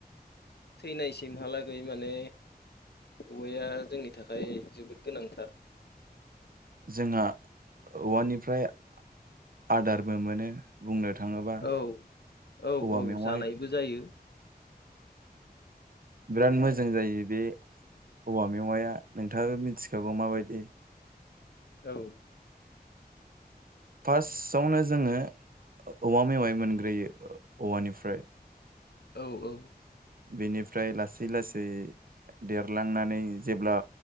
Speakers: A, on the left; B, on the right.
A: थैनायसिमहालागै माने औवाया जोंनि थाखाय जोबोद गोनांथार
B: जोंहा औवानिफ्राय आदारबो मोनो बुंनो थाङोबा
A: औ औ
B: औवा
A: औ
B: मेवाइ
A: जानायबो जायो
B: बिराद मोजां जायो बे औवा मेवाया नोंथाङाबो मिथिखागौ माबायदि
A: औ
B: फार्स्टआवनो जोङो औवा मेवाइ मोनग्रोयो औवानिफ्राय
A: औ औ
B: बेनिफ्राय लासै लासै देरलांनानै जेब्ला